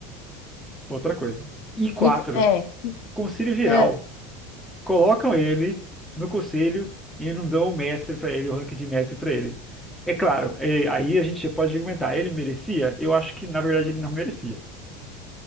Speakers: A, in the centre; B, on the left (about 60°).
A: Outra coisa. E
B: Muito,
A: quatro,
B: é.
A: o Conselho Geral.
B: é.
A: colocam ele no conselho e não dão o mestre para ele, o rank de mestre para ele. É claro, é- aí a gente pode argumentar, ele merecia? Eu acho que na verdade ele não merecia.